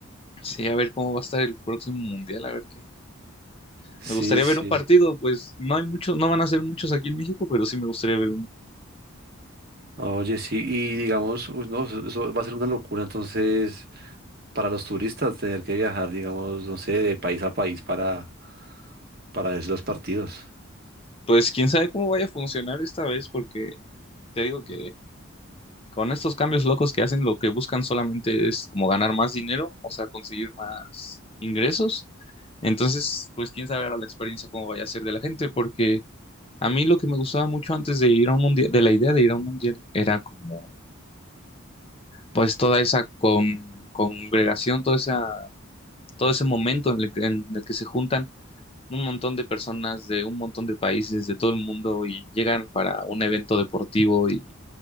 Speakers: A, on the left; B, on the right.
A: Sí, a ver cómo va a estar el próximo mundial, a ver qué.
B: Sí,
A: Me gustaría
B: sí.
A: ver un partido, pues no hay muchos, no van a ser muchos aquí en México, pero sí me gustaría ver uno.
B: Oye, sí, y digamos, uy, no, eso eso va a ser una locura, entonces. para los turistas tener que viajar, digamos, no sé, de país a país para, para ver los partidos.
A: Pues quién sabe cómo vaya a funcionar esta vez, porque te digo que con estos cambios locos que hacen, lo que buscan solamente es como ganar más dinero, o sea, conseguir más ingresos. Entonces, pues quién sabe ahora la experiencia cómo vaya a ser de la gente, porque a mí lo que me gustaba mucho antes de ir a un mundial, de la idea de ir a un mundial, era como, pues toda esa con, congregación, toda esa todo ese momento en el, que- en el que se juntan un montón de personas de un montón de países de todo el mundo y llegan para un evento deportivo y